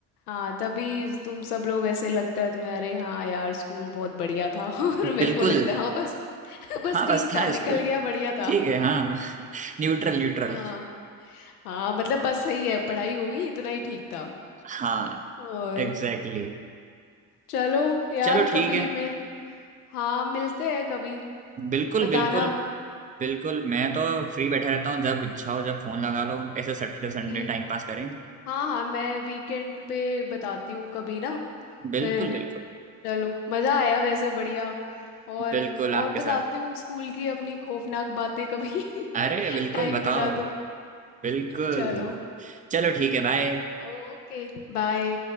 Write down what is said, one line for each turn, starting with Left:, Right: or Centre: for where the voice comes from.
Left: हाँ तभी तुम सब लोग ऐसे लगता है तुम्हें अरे हाँ यार स्कूल बहुत बढ़िया था <laughs> और मेरे
Right: बिल्कुल
Left: को लगता है हाँ बस <laughs> बस
Right: हाँ
Left: ठीक
Right: बस था
Left: था निकल
Right: स्कूल
Left: गया बढ़िया था
Right: ठीक
Left: <laughs>
Right: है हाँ <laughs> Neutral neutral
Left: हाँ हाँ मतलब बस सही है पढ़ाई हो गई इतना ही ठीक था
Right: हाँ
Left: और
Right: एग्जैक्टली exactly.
Left: चलो यार
Right: चलो ठीक
Left: कभी
Right: है
Left: मैं हाँ मिलते हैं कभी
Right: बिल्कुल
Left: बताना
Right: बिल्कुल बिल्कुल मैं तो फ्री बैठा रहता हूँ जब इच्छा हो जब फोन लगा लो ऐसे सैटरडे संडे
Left: ठीक
Right: टाइम पास करेंगे
Left: हाँ हाँ मैं वीकेंड पे बताती हूँ कभी ना
Right: बिल्कुल
Left: फिर
Right: बिल्कुल
Left: चलो मज़ा आया वैसे बढ़िया और
Right: बिल्कुल आपके
Left: और बताती
Right: साथ
Left: हूँ स्कूल की अपनी खौफनाक बातें कभी
Right: अरे
Left: <laughs>
Right: बिल्कुल
Left: टाइम
Right: बताओ
Left: मिला तो
Right: बिल्कुल
Left: चलो
Right: चलो ठीक है भाई
Left: Okay bye